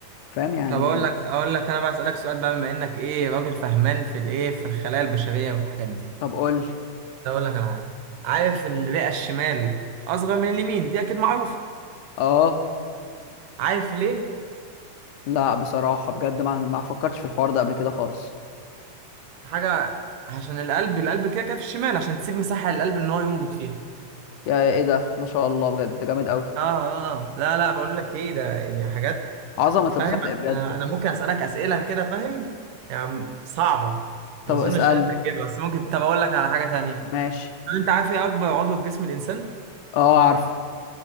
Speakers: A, on the left; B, on the right.
A: فاهم يعني
B: طب اقول
A: يعني-
B: لك اقول لك انا بقى اسالك سؤال بقى بما انك ايه راجل فهمان في الايه في الخلايا البشريه والحاجات دي
A: طب قول لي
B: ده اقول لك انا عارف عارف الرئه الشمال اصغر من اليمين دي اكيد معروفه
A: اه
B: عارف ليه
A: لا بصراحة بجد ما ما فكرتش في الحوار ده قبل كده خالص
B: حاجه عشان القلب القلب كده كده في الشمال عشان تسيب مساحه للقلب ان هو ينبض فيها
A: يا يا ايه ده ما شاء الله بجد جامد قوي
B: اه اه لا لا بقول لك ايه ده يعني حاجات
A: عظمة
B: فاهم
A: الخلق بجد
B: انا انا ممكن اسالك اسئله كده فاهم يعني صعبه ما
A: طب
B: اظنش
A: اسألني
B: ان انت تجيبها بس ممكن طب اقول لك على حاجه تانية
A: ماشي
B: طب انت عارف ايه اكبر عضو في جسم الانسان
A: اه عارفه